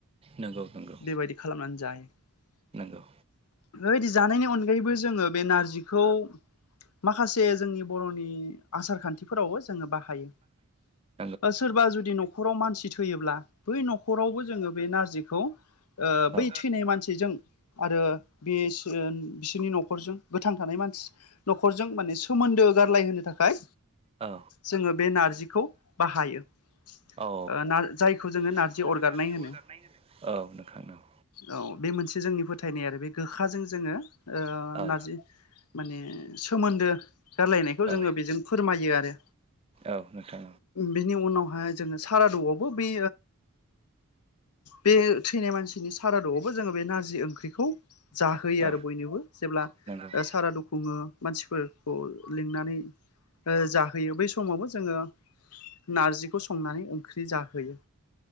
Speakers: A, on the right; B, on the left.
A: नंगौ नंगौ
B: बेबायदि खालामनानै जायो
A: नंगौ
B: बेबायदि जानायनि अनगायैबो जोङो बे नारजिखौ माखासे जोंनि बर'नि आसार खान्थिफोरावबो जोङो बाहायो।
A: <inaudible>
B: सोरबा जुदि न'खराव मानसि थैयोब्ला बै न'खरावबो जोङो बे नारजिखौ
A: ओ
B: बै थैनाय मानसिजों आरो बि बिसोरनि न'खर नखरजों गोथां थानाय मानसि न'खरजों माने सोमोन्दो गारलाय होनोनो थाखाय
A: औ
B: जोङो बे नारजिखौ बाहायो।
A: औ
B: ओ ना जायखौ जोङो
A: जायखौ
B: नारजि
A: जों
B: अरगारनाय
A: नारजि
B: होनो
A: अरगारनाय होनो औ नोंथां नंगौ।
B: औ। बे मोनसे जोंनि फोथायनाय आरो बे गोखाजों जोङो
A: औ
B: नारजि माने सोमोन्दो गारलायनायखौ
A: औ
B: जोङो बेजों फोरमायो आरो
A: औ नोंथां
B: बेनि उनावहाय जोङो। साराद'आवबो बे बे थैनाय मानसिनि सारादुआवबो जोङो बे नारजि ओंख्रिखौ जाहोयो
A: औ
B: आरो बयनोबो जेब्ला
A: नंगौ
B: सारादु खुङो मानसिफोरखौ लिंनानै जा होयो बै समावबो जोङो नारजिखौ संनानै ओंख्रि जाहोयो